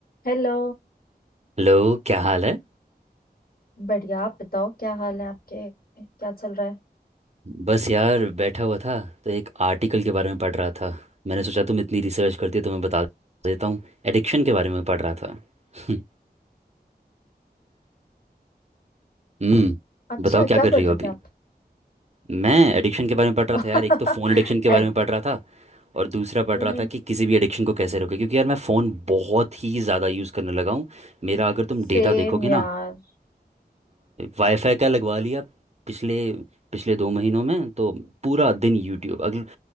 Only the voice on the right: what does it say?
Hello क्या हाल है
बस यार बैठा हुआ था तो एक आर्टिकल के बारे में पढ़ रहा था मैंने सोचा तुम इतनी रिसर्च करती हो तो मैं बता देता हूँ एडिक्शन के बारे में पढ़ रहा था <laughs> हम्म
बताओ क्या
कर रही
हो
अभी
मैं एडिक्शन के बारे में पढ़ रहा
था यार एक तो फ़ोन एडिक्शन के बारे
में पढ़ रहा था और दूसरा पढ़
रहा था कि किसी भी एडिक्शन को कैसे रोके क्योंकि यार मैं फ़ोन बहुत ही ज़्यादा यूज़ करने लगा हूँ मेरा अगर तुम
डेटा देखोगे
ना वाईफाई का लगवा लिया पिछले पिछले दो महीनों में तो पूरा दिन यूट्यूब अगर